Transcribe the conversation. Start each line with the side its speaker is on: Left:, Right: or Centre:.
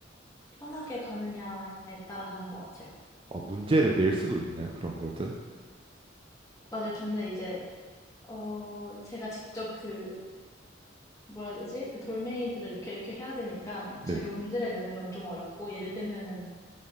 Left: 편하게 가느냐에 따라 다른 것 같아요.
Right: 아, 문제를 낼 수도 있나요? 그런 것들?
Left: 맞아요. 근데 이제 어 제가 직접 그 뭐라 해야 되지? 그 돌멩이들을 이렇게 이렇게 해야 되니까
Right: 네.
Left: 제가 문제를 내는 건 좀 어렵고 예를 들면은